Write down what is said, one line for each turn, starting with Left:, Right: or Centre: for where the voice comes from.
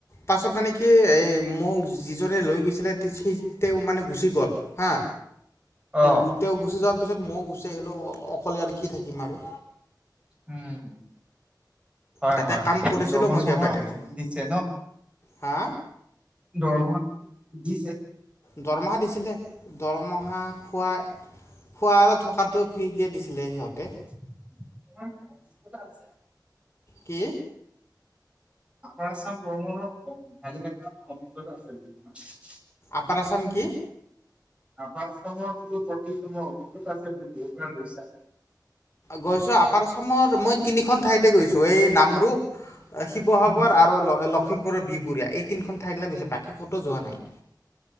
Left: পাছত মানে কি এই মোক যিজনে লৈ গৈছিলে, সি তেওঁ মানে গুচি গ'ল হা,
Right: অ
Left: গোটে গুচি যোৱাৰ পিছত ময়ো গুচি আহিলোঁ অকলে আৰু কি থাকিম আৰু।
Right: উম। হয়,
Left: তাতে
Right: হয়,
Left: কাম
Right: আপুনি
Left: কৰিছিলোঁ
Right: দৰমহা
Left: মই
Right: চৰমহা
Left: কেইবাদিনো
Right: দিছে ন!
Left: হা
Right: দৰমহা দিছে।
Left: দৰমহা দিছিলে, দৰমহা খোৱা খোৱা আৰু থকাটো ফ্ৰীকে দিছিলে সিহঁতে।
Right: <inaudible>
Left: কি?
Right: <inaudible>
Left: আপাৰ আছাম কি?
Right: আাৰামৰ বোলো প্ৰতি তোমাৰ অভিজ্ঞতা আছে <unintelligible> বহুত বাৰ গৈছা।
Left: গৈছোঁ আপাৰ আছামৰ মই তিনিখন ঠাইতে গৈছোঁ এই নামৰূপ শিৱসাগৰ
Right: উম,
Left: আৰু ল-লখিমপুৰৰ বিহপুৰীয়া এই তিনিখন ঠাইলৈ গৈছোঁ বাকী ক'তো যোৱা নাই।